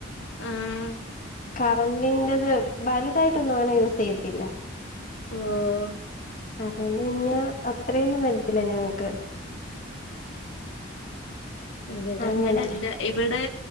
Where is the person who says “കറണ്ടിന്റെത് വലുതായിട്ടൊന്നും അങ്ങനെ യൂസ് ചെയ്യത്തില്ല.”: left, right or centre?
Left